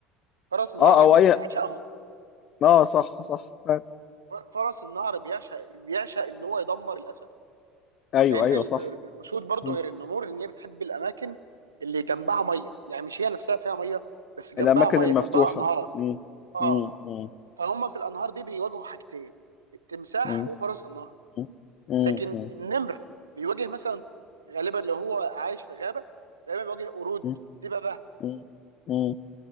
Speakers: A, on the right (about 85°); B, on the left (about 45°).
A: فرس النهر
B: اه او
A: بي-
B: اي
A: بيعشقهم
B: اه صح صح فاهم.
A: ف- فرس النهر بيعشق بيعشق ان هو يدمر الاسد
B: ايوه
A: لان
B: ايوه
A: ال-
B: صح
A: الاسود برضو
B: مم.
A: غير النمور ان هي بتحب الاماكن اللي جنبها ميه يعني مش هي نفسها فيها ميه بس جنبها
B: الاماكن
A: ميه
B: المفتوحه
A: جنبها انهار
B: مم.
A: اه
B: مم. مم.
A: فهم في الانهار دي بيواجهوا حاجتين التمساح
B: مم.
A: وفرس النهر
B: مم.
A: لكن
B: مم.
A: النمر بيواجه مثلا غالبا لو هو عايش في غابه غالبا بيواجه قرود
B: مم.
A: دببه
B: مم. مم.